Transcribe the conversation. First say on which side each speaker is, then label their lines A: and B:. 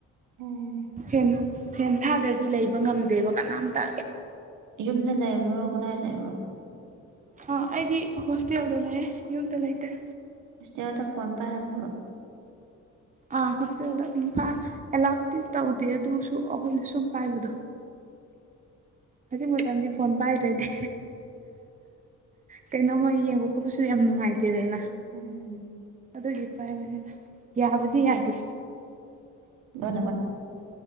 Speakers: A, on the right; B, on the right.
A: ꯎꯝ
B: ꯐꯦꯟ ꯍꯦꯟꯊꯥꯗ꯭ꯔꯗꯤ ꯂꯩꯕ ꯉꯝꯗꯦꯕ ꯀꯅꯥꯝꯇ
A: ꯌꯨꯝꯗ ꯂꯩꯕ꯭ꯔꯣ ꯀꯗꯥꯏ ꯂꯩꯕ꯭ꯔꯣ
B: ꯑ ꯑꯩꯗꯤ ꯍꯣꯁꯇꯦꯜꯗ ꯂꯩꯌꯦꯦ ꯌꯨꯝꯗ ꯂꯩꯇ꯭ꯔꯦ
A: ꯇꯗ ꯐꯣꯟ ꯄꯔ ꯍꯟꯕ꯭ꯔꯣ
B: ꯑꯥ ꯍꯣꯁꯇꯦꯜꯗꯝ ꯐ ꯑꯦꯂꯥꯎꯇꯤ ꯇꯧꯗꯦ ꯑꯗꯨꯁꯨ ꯑꯩꯈꯣꯏꯅ ꯁꯨꯝ ꯄꯥꯏꯕꯗꯣ ꯍꯧꯖꯤꯛ ꯃꯇꯝꯗꯤ ꯐꯣꯟ ꯄꯥꯏꯗ꯭ꯔꯗꯤ ꯀꯩꯅꯣꯝꯃ ꯌꯦꯡꯕ ꯈꯣꯠꯄꯁꯨ ꯌꯥꯝ ꯅꯨꯡꯉꯥꯏꯇꯦꯗꯅ
A: ꯎꯝ
B: ꯑꯗꯨꯒꯤ ꯄꯥꯏꯕꯅꯤꯗ ꯌꯥꯕꯗꯤ ꯌꯥꯗꯦ
A: ꯕꯥꯏ